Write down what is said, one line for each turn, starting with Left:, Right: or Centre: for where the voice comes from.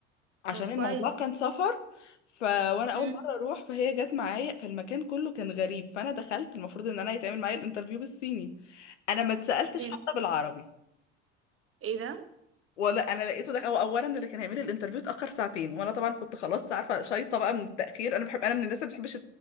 Left: عشان
Right: طب كويس
Left: الموضوع كان سفر ف وانا اول
Right: امم
Left: مره اروح فهي جت معايا فالمكان كله كان غريب فانا دخلت المفروض ان انا يتعمل معايا الانترفيو بالصيني انا ما اتسالتش
Right: ايه
Left: حتى بالعربي
Right: ايه ده
Left: ولا انا لقيته ده هو اولا اللي كان هيعمل الانترفيو اتاخر ساعتين وانا طبعا كنت خلاص عارفه شايطه بقى من التاخير انا بحب انا من الناس اللي ما بتحبش